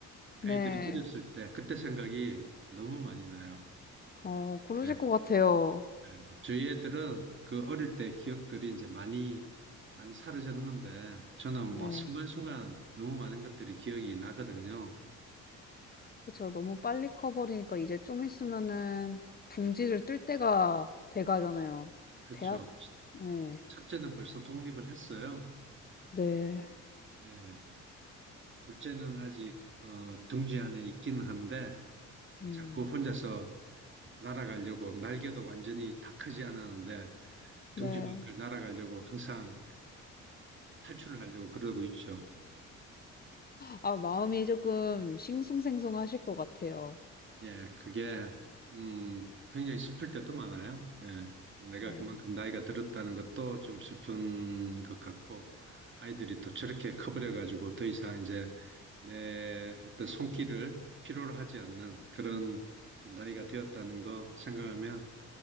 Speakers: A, on the left; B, on the right.
A: 네.
B: 애들이 어렸을 때 그때 생각이 너무 많이 나요.
A: 어, 그러실
B: 예.
A: 것 같아요.
B: 음, 저희 애들은 그 어릴 때 기억들이 이제 많이, 많이 사라졌는데, 저는
A: 네.
B: 뭐 순간순간 너무 많은 것들이 기억이 나거든요.
A: 그쵸. 너무 빨리 커버리니까 이제 좀 있으면은 둥지를 뜰 때가 돼 가잖아요.
B: 그쵸.
A: 대학? 네,
B: 첫째는 벌써 독립을 했어요.
A: 네.
B: 예. 둘째는 아직, 어, 둥지 안에 있기는 한데,
A: 음,
B: 자꾸 혼자서 날아가려고, 날개도 완전히 다 크지 않았는데, 둥지
A: 네.
B: 밖을 날아가려고 항상 탈출을 하려고 그러고 있죠.
A: 아, 마음이 조금 싱숭생숭하실 것 같아요.
B: 예, 그게, 음, 굉장히 슬플 때도 많아요. 예, 내가
A: 네,
B: 그만큼 나이가 들었다는 것도 좀 슬픈 것 같고, 아이들이 또 저렇게 커버려가지고 더 이상 이제 내 어떤 손길을 필요로 하지 않는 그런 또 나이가 되었다는 거 생각하면